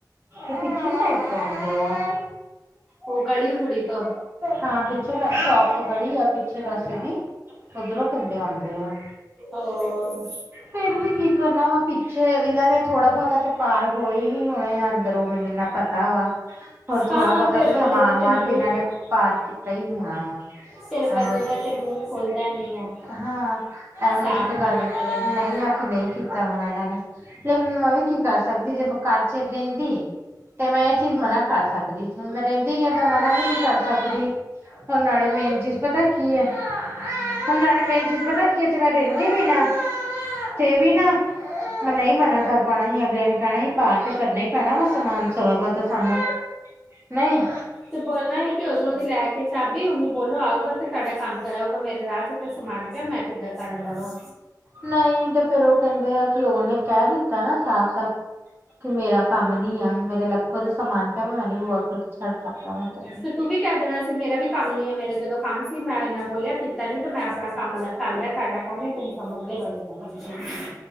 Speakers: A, on the right (about 35°); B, in the centre.
A: ਤੇ ਪਿੱਛੇ ਸਾਈਡ ਤੋਂ ਆਉਂਦੇ ਆ
B: ਉਹ ਗਲੀ ਗੁੱਲੀ ਤੋਂ
A: ਹਾਂ ਪਿੱਛੇ ਤ ਸ਼ੌਕ ਤੋਂ ਗੜੀ ਆ ਪਿੱਛੇ ਪਾਸੇ ਦੀ ਉਧਰੋਂ ਕਹਿੰਦੇ ਆਉਂਦੇ ਆ
B: ਉਹ
A: ਫਿਰ ਵੀ ਕੀ ਕਰਨਾ ਵੈਂ ਪਿੱਛੇ ਇਹਨਾਂ ਨੇ ਥੋੜਾ ਬਹੁਤਾ ਤੇ ਪਾਰ ਹੋਏ ਹੀ ਹੁਣੇ ਅੰਦਰੋਂ ਮੈਨੂੰ ਇੰਨਾ ਪਤਾ ਵਾ ਹੋਰ ਥੋੜਾ
B: ਹਾਂ
A: ਬਹੁਤਾ
B: ਤੇਰੇ
A: ਤੇ
B: ਬੰਦੇ
A: ਸਮਾਨ
B: ਦਾ
A: ਵਮਾਨ
B: ਤੇ ਮੂੰਹ
A: ਵੀ ਇਹਨਾਂ ਨੇ ਪਾਰ ਕੀਤਾ ਹੀ ਹੋਣਾ ਵਾ।
B: ਫਿਰ ਬੰਦੇ
A: ਆਹੋ
B: ਦਾ ਤੇ ਮੂੰਹ ਖੋਲਦਾ ਨੀ ਆ
A: ਹਾਂ ਇਹੋ
B: ਸਾਫ਼
A: ਜਿਹੀ ਤੇ
B: ਮਨਾ
A: ਗੱਲ
B: ਕਰਨ ਨੂੰ
A: ਨਹੀਂ ਆ ਕਿ ਨਹੀਂ ਕੀਤਾ ਹੋੁਣਾ ਇਹਨਾਂ ਨੇ ਲੇਕਿਨ ਮੈਂ ਵੀ ਕੀ ਕਰ ਸਕਦੀ ਜੇ ਮੈਂ ਘਰ ਚ ਰਹਿੰਦੀ- ਤੇ ਮੈਂ ਇਹ ਚੀਜ਼ ਮਨਾ ਕਰ ਸਕਦੀ ਸੀ। ਹੁਣ, ਮੈਂ ਰਹਿੰਦੀ ਨੀ ਤੇ ਮਨਾ ਵੀ ਨਹੀਂ ਕਰ ਸਕਦੀ। ਹੁਣ ਨਾਲੇ ਮੇਨ ਚੀਜ਼ ਪਤਾ ਕੀ ਹੈ? ਹੁਣ ਨਾਲੇ ਮੇਨ ਚੀਜ਼ ਪਤਾ ਕਿ ਹੈ, ਜੇ ਮੈਂ ਰਹਿੰਦੀ ਵੀ ਨਾ- ਤੇ ਵੀ ਨਾ, ਮੈਂ ਨਹੀਂ ਮਨਾ ਕਰ ਪਾਉਣਾ ਸੀ। ਅਗਲਿਆਂ ਨੇ ਕਹਿਣਾ ਸੀ ਪਾਰ ਤੇ ਕਰਨਾ ਹੀ ਪੈਣਾ ਵੇ। <unintelligible> ਨਹੀਂ
B: ਤੇ ਬੋਲਣਾ ਹੀ, ਕਿ ਉਧਰੋਂ ਦੀ ਲੈ ਕੇ ਚਾਬੀ, ਉਹਨੂੰ ਬੋਲੋ ਆਊਗਾ ਤੇ ਤੁਹਾਡਾ ਕੰਮ ਕਰਾਉਗਾ ਮੇਰੇ ਰਾਤ- ਥੇ ਤਾਂ ਸਮਾਨ ਪਿਆ ਮੈਂ ਕਿੱਦਾਂ ਕਰਨ ਦਾ ਵਾ-
A: ਨਹੀਂ ਤੇ ਫਿਰ ਉਹ ਕਹਿੰਦੇ ਆ ਕਿ ਉਹਨੇ ਕਹਿ ਦਿੱਤਾ ਨਾ ਸਾਫ਼ ਸਾਫ਼ ਕਿ ਮੇਰਾ ਕੰਮ ਨੀ ਆ, ਮੇਰੇ ਲੱਖੋ ਦਾ ਸਮਾਨ ਪਿਆ। ਮੈਂ ਨੀ ਬੂਆ ਛੱਡ ਸਕਦਾ।
B: ਤੇ ਤੂੰ ਵੀ ਕਹਿ ਦੇਣਾ ਸੀ ਮੇਰਾ ਵੀ ਕੰਮ ਨੀ ਆ। ਮੇਰਾ ਜਦੋਂ ਕੰਮ- ਵੀ ਮੈਂ ਇੰਨਾ ਬੋਲਿਆ ਕੀਤਾ ਨੀ, ਤੇ ਮੈਂ ਆਪਣਾ ਕੰਮ ਅਲੱਗ ਕਰ ਲਿਆ। ਤੁਹਾਡਾ ਕੰਮ ਹੈ, ਤੁਸੀਂ ਸਮਝਦੇ ਰਹੋ ਜਿੱਦਾਂ ਮਰਜ਼ੀ ਹੈ।